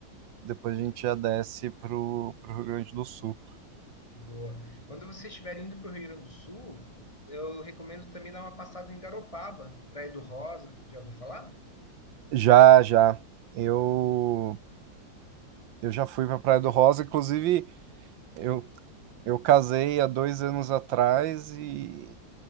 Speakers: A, on the right; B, on the left.
A: depois a gente já desce pro, pro Rio Grande do Sul.
B: Boa. Quando vocês estiverem indo para o Rio Grande do Sul, eu recomendo também dar uma passada em Garopaba, Praia do Rosa, já ouviu falar?
A: Já, já. Eu, eu já fui pra Praia do Rosa, inclusive, eu, eu casei há dois anos atrás e